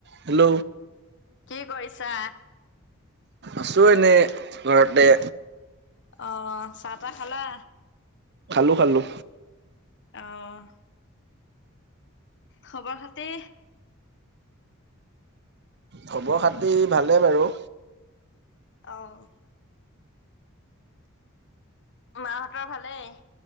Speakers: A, on the right; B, on the left.
A: Hello.
B: কি কৰিছা?
A: আছোঁ এনেই ঘৰতে।
B: অঁহ চাহ তাহ খালা?
A: খালোঁ খালোঁ
B: অঁহ' খবৰ খাতি-
A: খবৰ খাতি ভালেই বাৰু।
B: অঁ' মাহঁতৰ ভালেই।